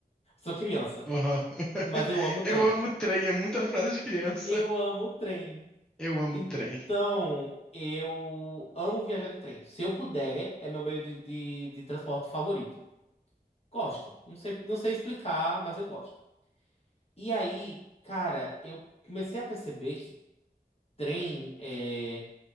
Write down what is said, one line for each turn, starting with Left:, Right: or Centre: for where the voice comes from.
Left: Sou criança.
Centre: Aham. <laughs>
Left: Mas eu amo trem.
Centre: Eu amo trem, é muita frase de criança.
Left: Eu amo trem.
Centre: Eu amo
Left: Então,
Centre: trem.
Left: eu amo viajar de trem. Se eu puder, é meu meio de, de, de transporte favorito. Gosto. Não sei, não sei explicar, mas eu gosto. E aí, cara, eu comecei a perceber que trem é.